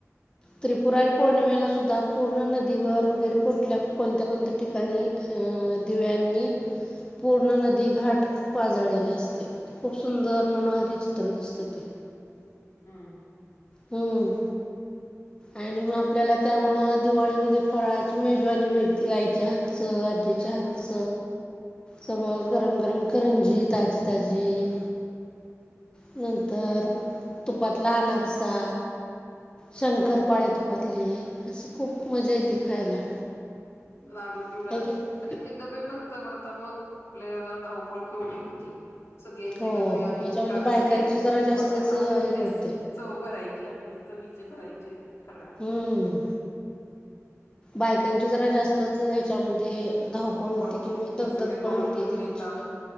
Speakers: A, on the left; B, on the left.
A: त्रिपुरारी पौर्णिमेलासुद्धा. पूर्ण नदीवर वगैरे कुठल्या कोणत्या कोणत्या ठिकाणी. दिव्यांनी पूर्ण नदीघाट उजळलेला असते खूप सुंदर मनोहरी चित्र दिसते ते.
B: हम्म
A: हम्म. आणि मग आपल्याला त्यामुळे दिवाळीमध्ये फराळाची मेजवानी मिळते आईच्या हाताच सगळ गरम-गरम करंजी ताजी ताजी. <inaudible> नंतर
B: हम्म
A: तुपातल अनारसा शंकर पाडे तपातली असशी खूप मजा येते खायला.
B: लाडू चिवडा
A: आहे की नाही
B: आणि ते डबे भरता भरत आता मग आपल्याला धावपळ केवढी होती. सगळे यांचे
A: हो
B: डबे आले
A: त्याच्यामध्ये
B: की काढायचे
A: बायकांची जरा जास्तच
B: मग त्यात आपलं
A: हे
B: ते
A: होते
B: चव भरायची आपली चविचे भरायचे फराळ.
A: हम्म बायकांची जरा जास्तच ह्याच्यामध्ये. धावपळ होती
B: होते
A: किंवा
B: हो
A: दगदग
B: सगळे
A: पण
B: पाहुणे
A: होती
B: घेऊन
A: त्यांची
B: येतात
A: पण.